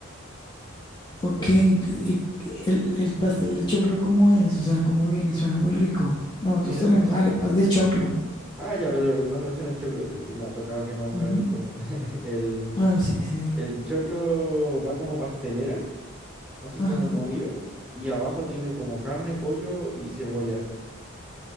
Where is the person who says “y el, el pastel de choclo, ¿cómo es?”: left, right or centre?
Left